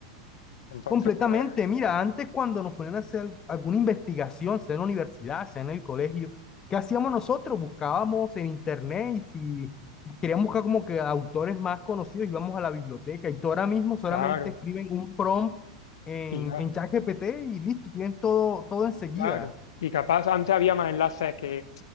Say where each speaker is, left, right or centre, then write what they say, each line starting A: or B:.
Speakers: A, on the left; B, on the left.
A: entonces,
B: Completamente,
A: pues,
B: mira, antes cuando nos ponían a hacer alguna investigación, sea en la universidad, sea en el colegio, ¿qué hacíamos nosotros? Buscábamos en internet y si queríamos buscar como que autores más conocidos, íbamos a la biblioteca y tú ahora mismo solamente
A: claro,
B: escriben un prompt en,
A: y ya,
B: en ChatGPT y listo, tienen todo, todo enseguida.
A: claro. Y capaz antes había más enlaces que,